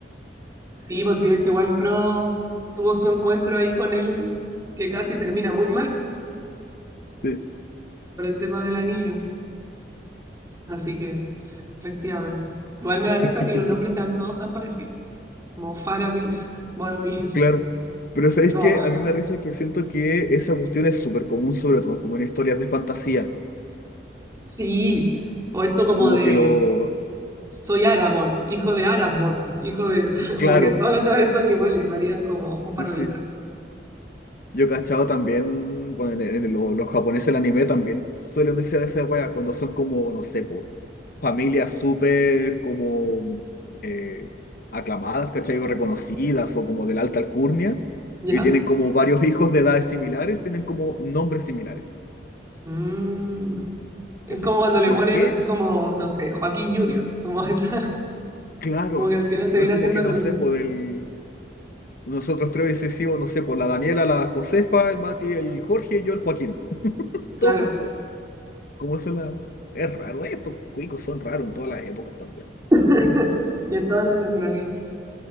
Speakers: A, on the right; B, on the left.
A: Sí, pues sí, de hecho igual Frodo tuvo su encuentro ahí con él que casi termina muy mal
B: Sí.
A: por el tema del anillo. Así que, efectivamente. Igual me da risa
B: <laughs>
A: que los nombres sean todos tan parecidos. Como Faramir, <laughs> Boromir.
B: Claro, pero
A: <laughs>
B: ¿sabéis
A: como,
B: qué? A mí me da risa que siento que esa cuestión es súper común, sobre todo como en historias de fantasía.
A: Sí, o esto como
B: Como
A: de
B: que lo...
A: soy Aragorn, hijo de Arathorn, hijo de. <laughs>
B: Claro,
A: Como que todos los nombres son iguales, varían como un
B: sí,
A: par
B: sí.
A: de letras.
B: Yo he cachado también, bueno, en, en lo- los japoneses el anime también suelen decir esa wea cuando son como, no sé, po, familias súper como eh, aclamadas, ¿cachai? O reconocidas o como de la alta alcurnia
A: ¿Ya?
B: y tienen como varios hijos de edades similares, tienen como nombres similares,
A: Mm,
B: ¿cachai?
A: Es como cuando le
B: ¿Por
A: ponen
B: qué?
A: así como, no sé, Joaquín Junior, como <laughs> esa,
B: Claro,
A: como que al final te
B: pero
A: viene
B: es como
A: haciendo
B: que
A: lo
B: no
A: mismo.
B: sé, por el... nosotros tres hubiese sido, no sé, por la Daniela, la Josefa, el Mati, el Jorge y yo, el Joaquín.
A: Claro.
B: Todo cujo. ¿Cómo se la...? Es raro, ¿eh? estos cuicos son raros en todas las épocas también.
A: <laughs> Y en todas las nacionalidades.